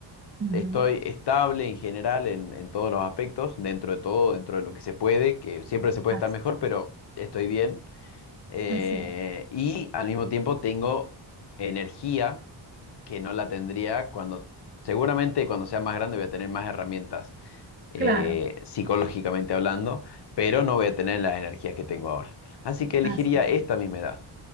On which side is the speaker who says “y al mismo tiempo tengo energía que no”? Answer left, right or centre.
Left